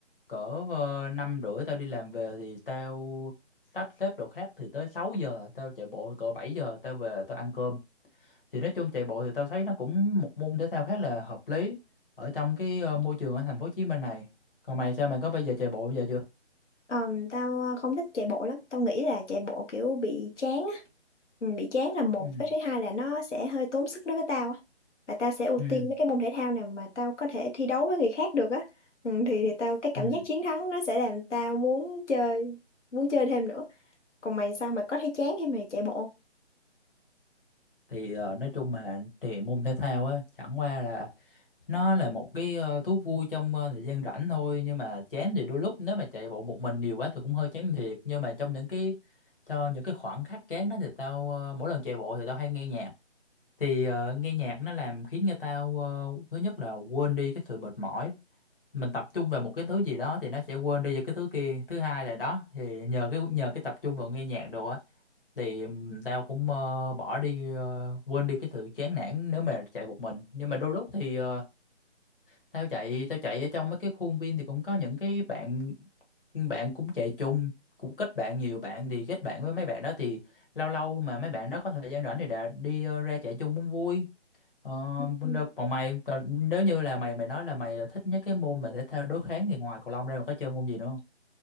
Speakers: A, on the left (about 50°); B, on the left (about 85°).
A: cỡ ờ, năm rưỡi tao đi làm về thì tao sắp xếp đồ khác thì tới 6 giờ tao chạy bộ cỡ 7 giờ tao về tao ăn cơm thì nói chung chạy bộ thì tao thấy nó cũng một môn thể thao khá là hợp lý ở trong cái ờ, môi trường ở thành phố Hồ Chí Minh này còn mày sao mày có bây giờ chạy bộ bây giờ chưa
B: Ờm, tao à, không thích chạy bộ lắm tao nghĩ là chạy bộ kiểu bị chán á ừ, bị chán là một
A: ừ
B: với thứ hai là nó sẽ hơi tốn sức đối với tao á và tao sẽ ưu
A: ừ
B: tiên mấy cái môn thể thao nào mà tao có thể thi đấu với người khác được á ừ, thì, thì tao cái cảm
A: ừ
B: giác chiến thắng nó sẽ làm tao muốn chơi muốn chơi thêm nữa còn mày sao mày có thấy chán khi mày chạy bộ
A: thì ờ, nói chung mà thì môn thể thao á chẳng qua là nó là một cái ờ, thú vui trong ờ, thời gian rảnh thôi nhưng mà chán thì đôi lúc nếu mà chạy bộ một mình nhiều quá thì cũng hơi chán thiệt nhưng mà trong những cái trong những cái khoảng khắc chán đó thì tao ờ, mỗi lần chạy bộ thì tao hay nghe nhạc thì ờ, nghe nhạc nó làm khiến người ta ờ, thứ nhất là quên đi cái sự mệt mỏi mình tập trung vào một cái thứ gì đó thì nó sẽ quên đi về cái thứ kia thứ hai là đó thì nhờ cái nhờ cái tập trung vào nghe nhạc đồ á thì ừm, tao cũng ờ, bỏ đi ờ, quên đi cái sự chán nản nếu mà chạy một mình nhưng mà đôi lúc thì ờ, tao chạy tao chạy ở trong mấy cái khuôn viên thì cũng có những cái bạn bạn cũng chạy chung cũng kết bạn nhiều bạn thì kết bạn với mấy bạn đó thì lâu lâu mà mấy bạn đó có thời gian rảnh thì đã đi ờ, ra chạy chung cũng vui Ờ,
B: Ừ.
A: Wonder- còn mày còn nếu như là mày mày nói là mày thích nhất cái môn mà thể thao đối kháng thì ngoài cầu lông ra mày có chơi môn gì nữa không?